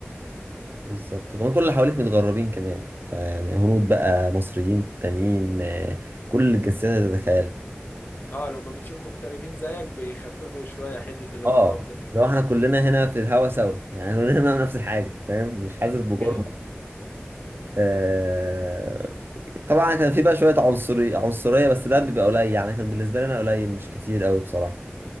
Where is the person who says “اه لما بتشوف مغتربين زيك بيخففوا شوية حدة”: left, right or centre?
Left